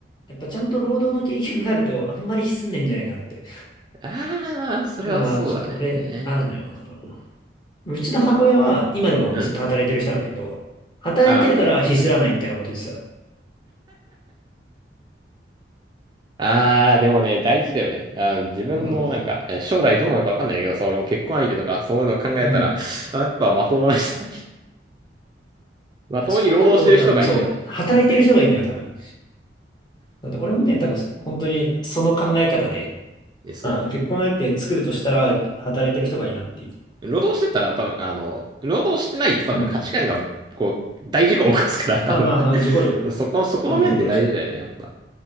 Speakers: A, on the left; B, on the right.
A: やっぱちゃんと労働の経験があると、あんまりひすんないんじゃないかなって。
B: ああ、それはそうだね。
A: いうのは、ちょっと俺、あるのよ。その、うちの母親は、今でもずっと働いてる人なんだけど、
B: うん。
A: 働いてるからひすらないみたいなこと言ってた。
B: ああ、もう、ああ、でもね、大事だよね。あー、自分の、
A: そうそうそう。
B: なんか、え将来どうなるかわかんないけどさ、俺も結婚相手とか、そういうの考えたら、
A: うん。
B: あやっぱまともな人、<laughs> まともに労働してる人がいいよね。
A: そうなると、多分そう、働いてる人がいいんだよ、
B: そう。
A: 多分。なんで俺もね、多分、本当にその考え方で、
B: え、そ
A: あ、結婚相手作るとしたら、働いてる人がいいなっていう。
B: う。労働してたら多分、あの、労働してないと多分価値観が、
A: うん。
B: こう、大事故を起こすから、多分
A: あ、まあ、その、受講料。
B: <laughs> そこ、そこの面で大事だよね、
A: あの、受講料し。
B: やっぱ。